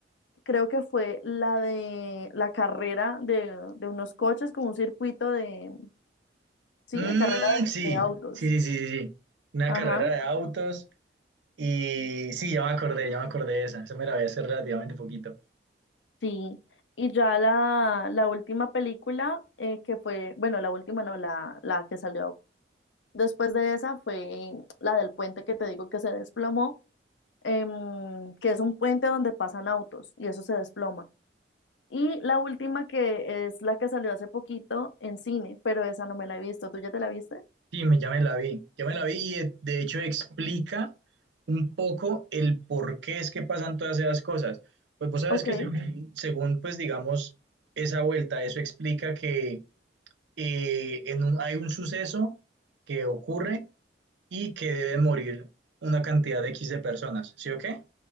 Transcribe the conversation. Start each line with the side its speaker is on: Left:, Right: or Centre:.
Left: creo que fue la de la carrera de, de unos coches, como un circuito de, sí,
Right: Mm,
Left: de carrera
Right: sí,
Left: de, de autos.
Right: sí, sí, sí, sí. Una
Left: Ajá,
Right: carrera de autos. Y sí, ya me acordé, ya me acordé de esa. Esa me la vi hace relativamente poquito.
Left: sí. Y ya la, la última película, eh, que fue, bueno, la última no, la, la que salió Después de esa fue la del puente que te digo que se desplomó, em, que es un puente donde pasan autos y eso se desploma. Y la última que es la que salió hace poquito en cine, pero esa no me la he visto. ¿Tú ya te la viste?
Right: Sí, me, ya me la vi. Ya me la vi y de, de hecho explica un poco el por qué es que pasan todas esas cosas. Pues vos sabes
Left: Ok,
Right: que según, según, pues digamos, esa vuelta, eso explica que eh, en un, hay un suceso que ocurre y que deben morir una cantidad de X de personas, ¿sí o qué?